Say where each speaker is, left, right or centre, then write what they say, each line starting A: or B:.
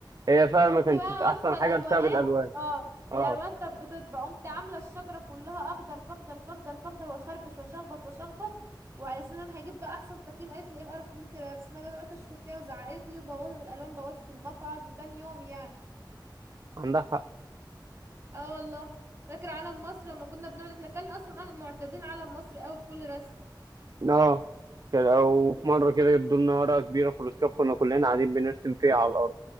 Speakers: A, on the right; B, on the right.
A: هي فعلا
B: قمت
A: ما كانتش
B: بقى
A: أحسن
B: ماسكه
A: حاجة
B: الالوانات
A: بسبب الألوان
B: اه
A: اه
B: الالوانات كانت بتطبع قمت عامله الشجره كلها اخضر فاخضر فاخضر فاخضر واخربش واشخبط واشخبط وعلى اساس ان انا هجيب بقى احسن تقييم قالت لي ايه القرف اللي انت رسمها ده وقعدت اشخط فيها وزعقت لي وبوظت والالوان بوظت المقعد وكان يوم يعني
A: عندها حق
B: اه والله فاكر علم مصر لما كنا بنقعد احنا كان اصلا معتادين علم مصر قوي في كل رسم
A: اه كان- أو في مرة كده ادوا لنا ورقة كبيرة في الأسكاب كنا كلنا قاعدين بنرسم فيها على الأرض